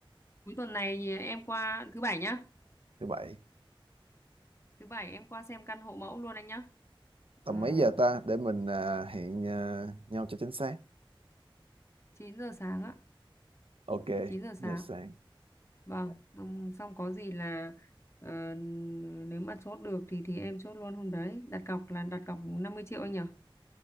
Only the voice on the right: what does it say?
thứ bảy
tầm
mấy giờ ta để mình à, hẹn à, nhau cho chính xác
ok
giờ sáng